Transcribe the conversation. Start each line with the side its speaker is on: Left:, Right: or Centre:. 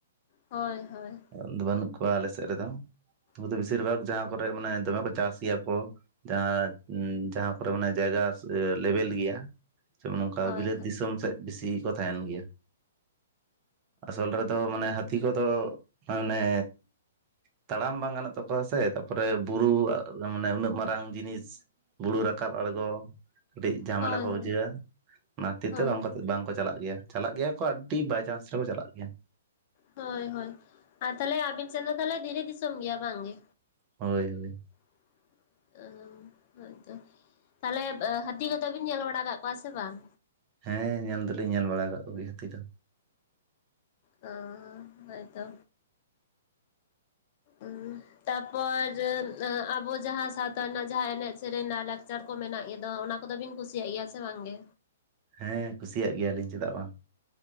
Left: ᱦᱳᱭ ᱦᱳᱭ ᱾
Right: <unintelligible> ᱵᱟᱹᱱᱩᱜ ᱠᱚᱣᱟ ᱟᱞᱮ ᱥᱮᱫ ᱨᱮᱫᱚ ᱾ᱩᱱᱠᱩ
Left: ᱦᱳᱭ ᱦᱳᱭ
Right: ᱫᱚ ᱵᱮᱥᱤᱨ ᱵᱷᱟᱜᱽ ᱡᱟᱦᱟᱸ ᱠᱚᱨᱮ ᱢᱟᱱᱮ ᱫᱚᱢᱮ ᱠᱚ ᱪᱟᱥ ᱜᱮᱭᱟ ᱠᱚ ᱡᱟᱦᱟᱸ ᱩᱸ ᱡᱟᱦᱟᱸ ᱠᱚᱨᱮ ᱢᱟᱱᱮ ᱡᱟᱭᱜᱟ ᱞᱮᱵᱮᱞ ᱜᱮᱭᱟ <unintelligible> ᱱᱚᱝᱠᱟ
Left: ᱦᱳᱭ
Right: ᱵᱤᱞᱟᱹᱛ ᱫᱤᱥᱟᱹᱢ ᱥᱮᱫ ᱵᱮᱥᱤ ᱠᱚ ᱛᱟᱦᱮᱱ ᱜᱮᱭᱟ ᱾ ᱟᱥᱚᱞ ᱨᱮᱫᱚ ᱢᱟᱱᱮ ᱦᱟᱹᱛᱤ ᱠᱚᱫᱚ ᱢᱟᱱᱮ ᱛᱟᱲᱟᱢ ᱵᱟᱝ ᱜᱟᱱᱚᱜ ᱛᱟᱠᱚᱣᱟ ᱥᱮ ᱛᱟᱯᱚᱨᱮ ᱵᱩᱨᱩ ᱢᱟᱱᱮ ᱩᱱᱟᱹᱜ ᱢᱟᱨᱟᱝ ᱡᱤᱱᱤᱥ ᱵᱩᱨᱩ ᱨᱟᱠᱟᱵ ᱟᱬᱜᱚ ᱠᱟᱹᱴᱤᱡ ᱡᱷᱟᱢᱮᱞᱟ
Left: ᱦᱳᱭ
Right: ᱠᱚ ᱵᱩᱡᱷᱟᱹᱣᱟ ᱚᱱᱟ ᱠᱷᱟᱛᱤᱨ
Left: ᱦᱳᱭ
Right: ᱛᱮ ᱵᱟᱝ ᱵᱟᱝᱠᱚ ᱪᱟᱞᱟᱜ ᱜᱮᱭᱟ᱾ ᱪᱟᱞᱟᱜ ᱜᱮᱭᱟ ᱠᱚ ᱟᱹᱰᱤ ᱵᱟᱭ ᱪᱟᱱᱥ ᱨᱮᱠᱚ ᱪᱟᱞᱟᱜ ᱜᱮᱭᱟ᱾
Left: ᱦᱳᱭ ᱦᱳᱭ ᱟᱨ ᱛᱟᱦᱚᱞᱮ ᱟᱵᱤᱱ ᱥᱮᱱ ᱫᱚ ᱛᱟᱦᱚᱞᱮ ᱫᱷᱤᱨᱤ ᱫᱤᱥᱚᱢ ᱜᱮᱭᱟ ᱵᱟᱝᱜᱮ?
Right: ᱦᱳᱭ ᱦᱳᱭ᱾
Left: <unintelligible> ᱦᱳᱭᱛᱚ ᱛᱟᱦᱚᱞᱮ ᱦᱟᱹᱛᱤ ᱠᱚᱫᱚ ᱵᱤᱱ ᱧᱮᱞ ᱵᱟᱲᱟ ᱟᱠᱟᱫ ᱠᱚᱣᱟ ᱥᱮ ᱵᱟᱝ?
Right: ᱦᱮᱸ ᱧᱮᱞ ᱫᱚᱞᱤᱧ ᱧᱮᱞ ᱵᱟᱲᱟ ᱠᱟᱜ ᱠᱚ ᱜᱮᱭᱟ ᱦᱟᱹᱛᱤ ᱫᱚ ᱾
Left: ᱚᱻ ᱦᱚᱭᱛᱚ, <unintelligible> ᱛᱟᱨᱯᱚᱨ ᱟᱵᱚ ᱡᱟᱦᱟᱸ ᱥᱟᱶᱛᱟ ᱨᱮᱱᱟᱜ ᱡᱟᱦᱟᱸ ᱮᱱᱮᱡ ᱥᱮᱨᱮᱧ ᱨᱮᱱᱟ ᱞᱟᱭᱞᱟᱠᱪᱟᱨ ᱠᱚ ᱢᱮᱱᱟᱜ ᱜᱮᱫᱚ ᱚᱱᱟ ᱠᱚᱫᱚᱵᱤᱱ ᱠᱩᱥᱤᱭᱟᱜ ᱜᱮᱭᱟ ᱥᱮ ᱵᱟᱝᱜᱮ
Right: ᱦᱮᱸ ᱠᱩᱥᱤᱭᱟᱜ ᱜᱮᱭᱟᱞᱤᱧ ᱪᱮᱫᱟᱜ ᱵᱟᱝ